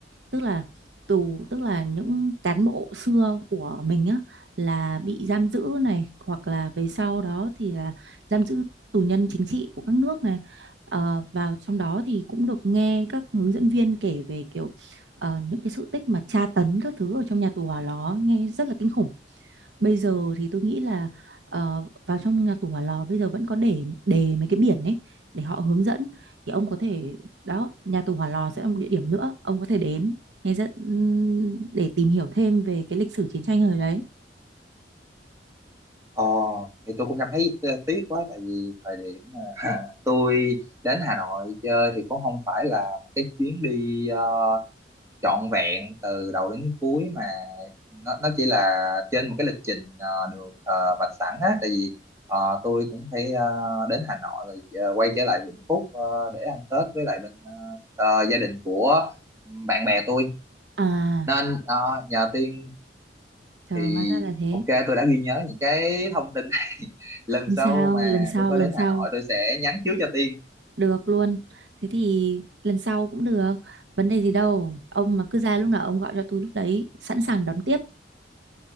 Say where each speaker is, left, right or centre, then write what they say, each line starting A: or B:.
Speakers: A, on the right; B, on the right.
A: tức là tù tức là những cán bộ xưa của mình á là bị giam giữ này hoặc là về sau đó thì là giam giữ tù nhân chính trị của các nước này Ờ, và trong đó thì cũng được nghe các hướng dẫn viên kể về kiểu ờ, những cái sự tích mà tra tấn các thứ ở trong nhà tù hỏa lò nghe rất là kinh khủng bây giờ thì tôi nghĩ là ờ, vào trong nhà tù hỏa lò bây giờ vẫn có để để mấy cái biển ấy để họ hướng dẫn thì ông có thể đó nhà tù hỏa lò sẽ là một địa điểm nữa ông có thể đến nghe rất để tìm hiểu thêm về cái lịch sử chiến tranh hồi đấy
B: ờ thì tôi cũng cảm thấy ờ, tiếc quá tại vì thời điểm mà tôi đến Hà Nội chơi thì cũng không phải là một cái chuyến đi ờ, trọn vẹn từ đầu đến cuối mà nó nó chỉ là trên một cái lịch trình ờ, được ờ, vạch sẵn á tại vì ờ, tôi cũng phải ờ, đến Hà Nội rồi ờ, quay trở lại Vĩnh Phúc ờ, để ăn Tết với lại bên ờ, ờ, gia đình của bạn bè tôi
A: à
B: nên ờ, nhờ Tiên
A: trời
B: thì
A: hóa ra là thế
B: ok tôi đã ghi nhớ những cái thông tin này <laughs>
A: không
B: lần sau
A: sao
B: mà
A: lần sau
B: tôi có
A: lần
B: đến
A: sau
B: Hà Nội tôi sẽ nhắn trước cho Tiên
A: Được luôn. Thế thì lần sau cũng được. Vấn đề gì đâu. Ông mà cứ ra lúc nào ông gọi cho tôi lúc đấy. Sẵn sàng đón tiếp.